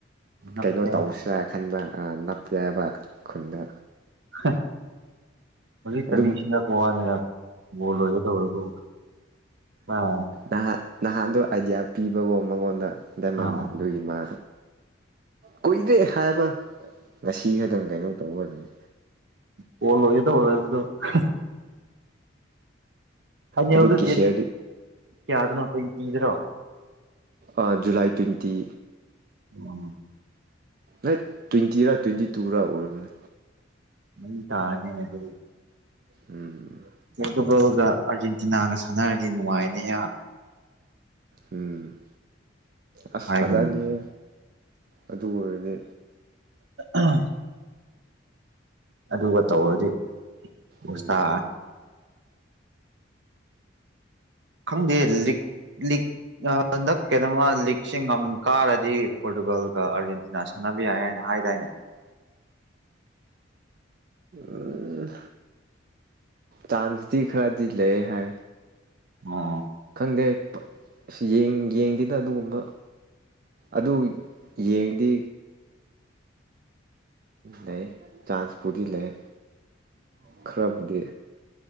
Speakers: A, on the right; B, on the right.
A: ꯅꯛꯁꯦ
B: ꯀꯩꯅꯣ ꯇꯧꯁ꯭ꯔꯥ
A: ꯍꯥꯏꯕ
B: ꯈꯟꯕ ꯑꯥ ꯅꯞꯇꯦ ꯍꯥꯏꯕ ꯈꯨꯟꯗ
A: ꯍꯥ ꯍꯧꯖꯤꯛꯇ
B: ꯑꯗꯨꯝ
A: ꯅꯤꯡꯁꯤꯡꯉꯛꯄ ꯋꯥꯅꯤꯗ ꯕꯣꯜ ꯂꯣꯏꯒꯦ ꯇꯧꯔꯗꯨꯕꯨ ꯑꯦꯌꯥꯎ
B: ꯅꯍꯥꯟ ꯅꯍꯥꯟꯗꯣ ꯑꯥꯏꯗꯤꯌꯥ ꯄꯤꯕꯑꯣ ꯃꯉꯣꯟꯗ ꯗꯥꯏꯃꯟꯅ
A: ꯑꯥ
B: ꯑꯗꯨꯒꯤ ꯃꯥ ꯀꯨꯏꯗꯦ ꯍꯥꯏꯕ ꯉꯁꯤ ꯈꯛꯇꯪ ꯀꯩꯅꯣ ꯇꯧꯕ ꯂꯩ
A: ꯍꯣꯂꯣꯏꯗ ꯑꯣꯏꯕꯗꯨ ꯍꯥ ꯐꯥꯏꯅꯦꯜ
B: ꯑꯗꯨ
A: ꯗꯣ
B: ꯀꯦꯁꯤꯌꯔꯗꯤ
A: ꯗꯦꯠ ꯀꯌꯥꯗꯅꯣ ꯇꯨ꯭ꯋꯦꯟꯇꯤ ꯗꯔꯣ
B: ꯑꯥ ꯖꯨꯂꯥꯏ ꯇ꯭ꯋꯦꯟꯇꯤ
A: ꯎꯝ <unintelligible>
B: ꯑꯩꯠ ꯇ꯭ꯋꯦꯟꯇꯤ ꯔ ꯇ꯭ꯋꯦꯟꯇꯤ ꯇꯨꯔꯥ ꯑꯣꯏꯔꯝꯃꯤ
A: ꯗꯨꯝ ꯇꯥꯔꯅꯤꯅꯦ ꯑꯗꯨꯗꯤ
B: ꯎꯝ
A: ꯄꯣꯔꯇꯨꯒꯜꯒ ꯑꯥꯔꯖꯦꯟꯇꯤꯅꯥꯒ ꯁꯥꯟꯅꯔꯗꯤ ꯅꯨꯡꯉꯥꯏꯅꯤ ꯍꯥ
B: ꯎꯝ ꯑꯁ
A: ꯍꯥꯏꯒꯨꯝ
B: ꯐꯖꯥꯅꯤ ꯍꯦ ꯑꯗꯨ ꯑꯣꯏꯔꯗꯤ
A: ꯑ-ꯑ-ꯍꯝ ꯑꯗꯨꯒ ꯇꯧꯔꯗꯤ ꯄꯣꯁ
B: ꯎꯝ
A: ꯇꯥ ꯈꯪꯗꯦ ꯂꯤꯛ ꯂꯤꯛ <unintelligible> ꯍꯟꯗꯛ ꯀꯩꯅꯣꯝꯃ ꯂꯤꯛꯁꯤ ꯉꯝ ꯀꯥꯔꯗꯤ ꯄꯣꯔꯇꯨꯒꯜꯒ ꯑꯥꯔꯖꯦꯟꯇꯤꯅꯥ ꯁꯥꯟꯅꯕ ꯌꯥꯏ ꯍꯥꯏꯅ ꯍꯥꯏꯗꯥꯏꯅꯦ
B: ꯎꯝ ꯆꯥꯟꯁꯇꯗꯤ ꯈꯔꯗꯤ ꯂꯩꯌꯦ ꯍꯥꯏ
A: ꯑꯣ
B: ꯈꯪꯗꯦ ꯑ ꯌꯦꯡꯗꯦꯗ ꯑꯗꯨꯒꯨꯝꯕ ꯑꯗꯨ ꯌꯦꯡꯗꯤ ꯂꯩ ꯆꯥꯟꯁꯄꯗꯤ ꯂꯩ ꯈꯔꯞꯕꯨꯗꯤ